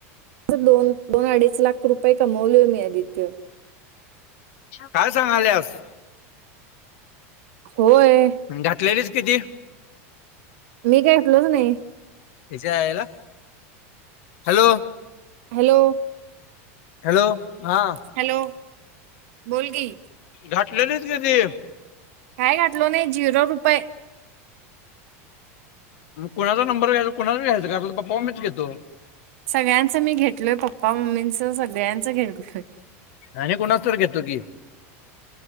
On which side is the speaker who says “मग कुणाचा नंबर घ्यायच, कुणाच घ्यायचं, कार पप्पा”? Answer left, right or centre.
Left